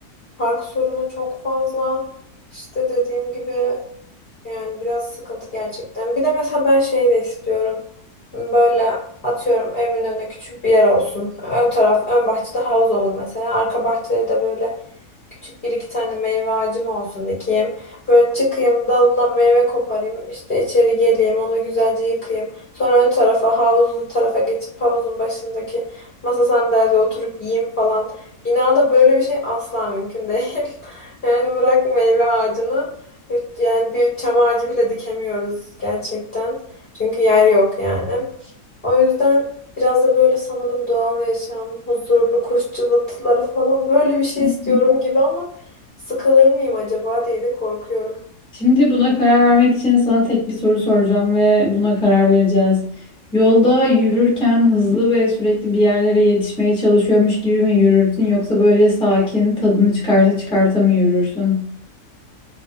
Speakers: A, on the left (about 40°); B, in the centre.
A: Park sorunu çok fazla. İşte dediğim gibi yani biraz sıkıntı gerçekten. Bir de mesela ben şey de istiyorum. Böyle atıyorum evimin önünde küçük bir yer olsun. Ön taraf, ön bahçede havuz olur mesela. Arka bahçede de böyle Küçük bir iki tane meyve ağacım olsun dikeyim. Böyle çıkayım dalından meyve koparayım. işte içeri geleyim onu güzelce yıkayayım. Sonra ön tarafa havuzlu tarafa geçip havuzun başındaki masa sandalyede oturup yiyeyim falan. Binada böyle bir şey asla mümkün değil. <laughs> Yani bırak meyve ağacını. Yani bir çam ağacı bile dikemiyoruz gerçekten. Çünkü yer yok yani. O yüzden biraz da böyle sanırım doğal yaşam, huzurlu kuş cıvıltıları falan böyle bir şey
B: Evet.
A: istiyorum gibi ama sıkılır mıyım acaba diye de korkuyorum.
B: Şimdi buna karar vermek için sana tek bir soru soracağım ve buna karar vereceğiz. Yolda yürürken hızlı ve sürekli bir yerlere yetişmeye çalışıyormuş gibi mi yürürsün yoksa böyle sakin tadını çıkarsa çıkarta mı yürürsün?